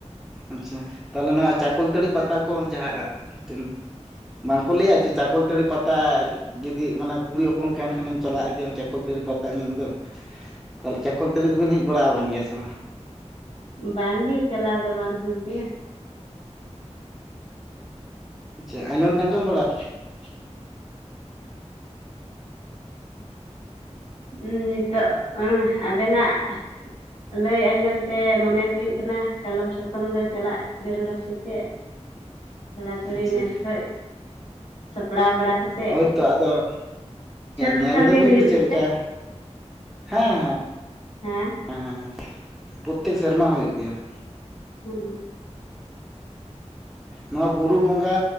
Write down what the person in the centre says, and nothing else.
ᱟᱪᱪᱷᱟ ᱛᱟᱦᱚᱞᱮ ᱱᱚᱣᱟ ᱪᱟᱠᱚᱞᱛᱟᱹᱲᱤ ᱯᱟᱛᱟ ᱠᱚ ᱡᱟᱦᱟᱸ ᱛᱤᱱᱟᱹᱜ ᱵᱟᱝᱠᱚ ᱞᱟᱹᱭᱟ ᱡᱮ ᱪᱟᱠᱚᱞᱛᱟᱹᱲᱤ ᱯᱟᱛᱟ ᱡᱩᱫᱤ ᱢᱟᱱᱮ ᱠᱩᱲᱤ ᱦᱚᱯᱚᱱ ᱠᱟᱱ ᱠᱷᱟᱱᱮᱢ ᱪᱟᱞᱟᱜ ᱜᱮᱭᱟ ᱪᱟᱠᱚᱞᱛᱟᱹᱲᱤ ᱯᱟᱛᱟ ᱧᱮᱞ ᱫᱚ ᱾ ᱛᱟᱦᱚᱞᱮ ᱪᱟᱠᱚᱞ ᱛᱟᱲᱤ ᱫᱚᱵᱤᱱ ᱦᱮᱡ ᱵᱟᱲᱟ ᱟᱠᱟᱱ ᱜᱮᱭᱟ ᱥᱮ ᱵᱟᱝ?
ᱟᱪᱪᱷᱟ ᱟᱸᱡᱚᱢ ᱫᱚ ᱟᱸᱡᱚᱢ ᱵᱟᱲᱟ
ᱟᱪᱪᱷᱟ
ᱦᱳᱭ ᱛᱳ ᱟᱫᱚ
ᱧᱮᱞ ᱫᱟᱹᱵᱤᱱ
ᱫᱚ ᱪᱮᱫ
ᱞᱮᱠᱟ ᱦᱮᱸ ᱦᱮᱸ ᱾
ᱦᱮᱸ ᱦᱮᱸ ᱦᱮᱸ ᱯᱨᱚᱛᱮᱠ ᱥᱮᱨᱢᱟ ᱦᱩᱭᱩᱜ ᱜᱮᱭᱟ ᱾
ᱱᱚᱣᱟ ᱵᱩᱨᱩ ᱵᱚᱸᱜᱟ